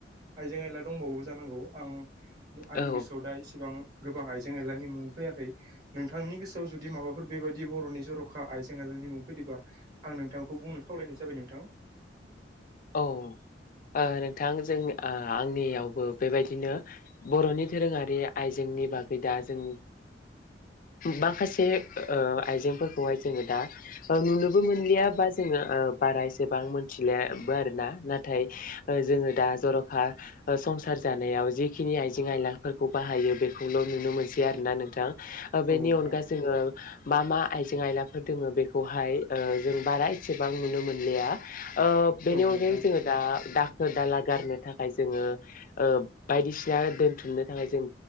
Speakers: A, on the right; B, on the left.
A: आइजें आयला दंबावो जानांगौ आं आंनि
B: औ
A: गोसोआव दा एसेबां गोबां आइजें आइलानि मुं फैयाखै नोंथांनि गोसोआव जुदि माबाफोर बेबायदि बर'नि जर'खा आइजें आइला <unintelligible> मुं फैदोबा आं नोंथांखौ बुंनो खावलायनाय जाबाय नोंथां।
B: औ ओ नोंथां जों आंनियावबो बेबायदिनो बर'नि दधोरोङारि आइजें नि बागै दा जों
A: <inaudible>
B: माखासे ओ आइजेंफोरखौहाय जोङो दा नुनोबो मोनलिया बा जोङो ओ बारा एसेबां मिथिला बो आरोना नाथाय जोङो दा जर'खा संसार जानायाव जिखिनि आइजें आइलाफोरखौ बाहायो बेखौल' नुनो मोनसै आरो ना नोंथां। ओ बेनि
A: औ नोंथां
B: अनगाै जोङो मा मा आइजें आइलाफोर दोङ बेखौहाय जों बारा एसेबां नुनो मोनलिया ओ बेनि
A: औ
B: अनगायै
A: नोंथां
B: जोङो दा दा दाला गारनो थाखाय जोङो ओ बायदिसिना दोनथुमनो थाखाय जों